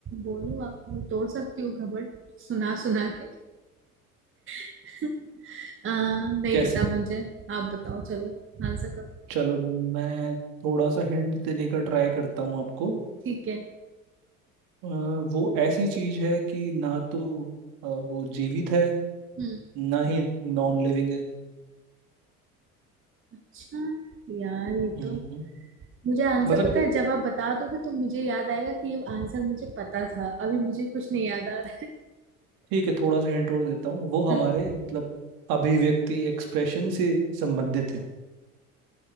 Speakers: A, on the right; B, on the right.
A: बोलूं आप तोड़ सकती हो घमंड सुना सुना के <laughs> आ, नहीं
B: कैसे
A: पता मुझे आप बताओ चलो आंसर करो
B: चलो मैं थोड़ा सा हिंट देने का ट्राई करता हूँ आपको
A: ठीक है
B: अ, वो ऐसी चीज है कि ना तो अ, वो जीवित है
A: हम्म
B: ना ही नॉन लिविंग है
A: अच्छा यार ये
B: हम्म,
A: तो मुझे आंसर
B: मतलब
A: पता
B: ए-
A: है जब आप बता दोगे तो मुझे याद आएगा कि ये आंसर मुझे पता था अभी मुझे कुछ नहीं याद आ रहा
B: ठीक है थोड़ा सा हिंट और देता हूँ वो हमारे
A: है अच्छा
B: मतलब अभिव्यक्ति एक्सप्रेशन से संबंधित है